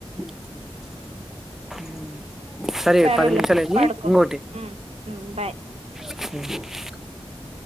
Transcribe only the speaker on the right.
సరేలే
పడుకో
ఉం ఉం బాయ్